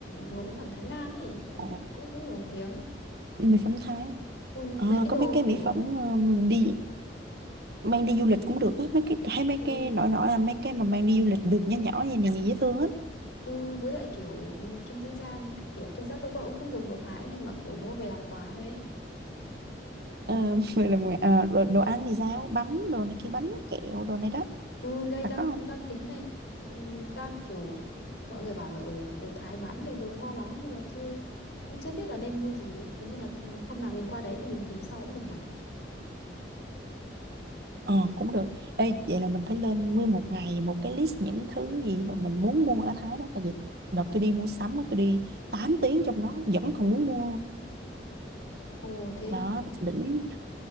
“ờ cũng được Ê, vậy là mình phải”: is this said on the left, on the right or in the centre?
Right